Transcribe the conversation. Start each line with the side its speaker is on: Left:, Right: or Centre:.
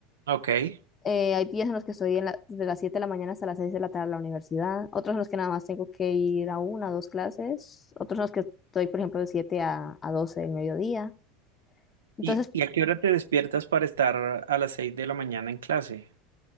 Right: Ok.
Left: Eh, hay días en los que estoy en la- desde las 7 de la mañana hasta las 6 de la tarde en la universidad, otros en los que nada más tengo que ir a una o dos clases, otros en los que estoy, por ejemplo, de 7 a, a 12 del mediodía. Entonces,
Right: ¿Y, y a qué hora te despiertas para estar a las 6 de la mañana en clase?